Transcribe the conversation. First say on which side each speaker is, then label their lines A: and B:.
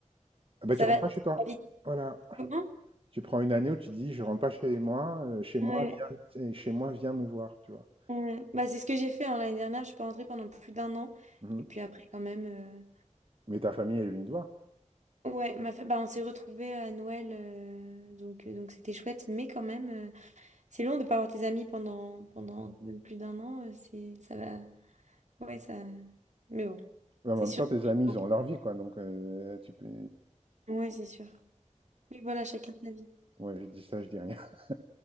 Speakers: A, on the right; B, on the right.
A: Ah bah,
B: Ça
A: tu rentres
B: va ça
A: pas chez toi.
B: va vite.
A: Voilà.
B: Comment?
A: Tu prends une année où tu te dis, je rentre pas chez moi, euh, chez moi,
B: Ouais,
A: viens, t'sais, chez moi, viens me voir, tu vois.
B: ouais. Bah, c'est ce que j'ai fait hein, l'année dernière. Je suis pas rentrée pendant plus d'un an.
A: Mhm.
B: Et puis après, quand même. euh,
A: Mais ta famille, elle est venue te voir.
B: Ouais, ma fa- bah, on s'est retrouvés à Noël, euh, donc euh, donc c'était chouette, mais quand même, euh, c'est long de pas voir tes amis pendant pendant même plus d'un an. euh, c'est ça va, ouais ça, mais bon,
A: Mais en
B: c'est
A: même
B: sûr.
A: temps, tes amis,
B: Bon.
A: ils ont leur vie, quoi. Donc, euh, tu peux.
B: Ouais, c'est sûr. Mais voilà, chacun sa vie.
A: Ouais, je dis ça, je dis rien. <laughs>